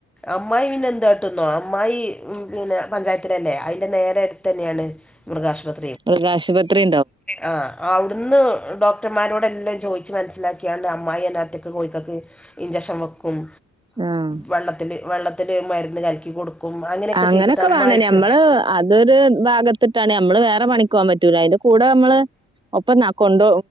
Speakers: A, in the centre; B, on the right.
A: അമ്മായി പിന്നെ എന്തായിട്ടെന്നോ അമ്മായി പിന്നെ പഞ്ചായത്തിലല്ലേ അതിന്റെ നേരെ അടുത്ത് തന്നെയാണ് മൃഗാശുപത്രി
B: മൃക ആശുപത്രി
A: ആ അവിടുന്ന് ഡോക്ടർമാരോടെല്ലാം ചോയിച്ചമനസ്സിലാക്കിയാണ്ട് അമ്മായിന്നെ കോഴ ഇചക്ഷൻ വെക്കും
B: ആഹ്
A: വെ വെ <unintelligible> ത്തില് മ രുന്ന് കലക്കി കൊടുക്കും <unintelligible>
B: അങ്ങനെയൊക്കെ
A: അമ്മായിക്ക്
B: വേണം നഞമ്മള് അതൊരു ഭാഗത്തിട്ടാണ് നമ്മള് വേറെ പണിക്ക് പോവാൻ പറ്റൂല അന്റെ കൂടെ അടെ <unintelligible> നമ്മള് ഒപ്പ കൊണ്ട